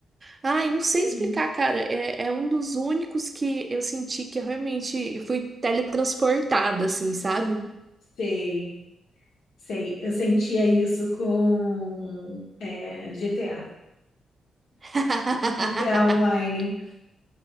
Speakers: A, on the right; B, on the left.
A: Ai, não sei
B: Hum,
A: explicar, cara. É, é um dos únicos que eu senti que eu realmente fui teletransportada, assim, sabe?
B: Sei, sei. Eu sentia isso com eh, GTA.
A: <laughs>
B: GTA Online